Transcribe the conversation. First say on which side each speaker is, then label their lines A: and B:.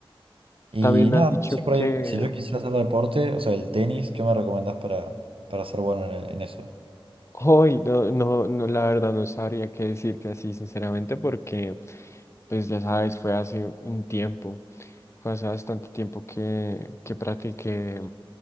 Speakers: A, on the right; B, on the left.
A: Y
B: También me
A: nada,
B: han dicho
A: no sé por
B: que
A: ahí, si yo quisiera hacer deporte, o sea, el tenis, ¿qué me recomendás para, para ser bueno en, el- en eso?
B: hoy, no, no, no, la verdad no sabría qué decirte así, sinceramente, porque, pues ya sabes, fue hace un tiempo, fue hace bastante tiempo que, que practiqué